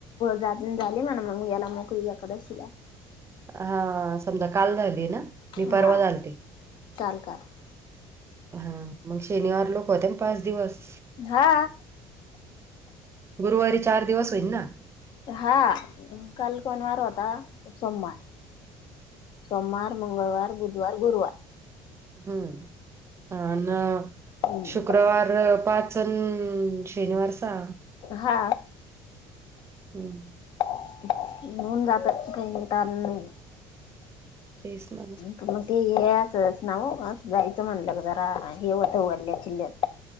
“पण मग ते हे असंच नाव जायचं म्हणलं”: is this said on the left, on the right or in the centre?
Left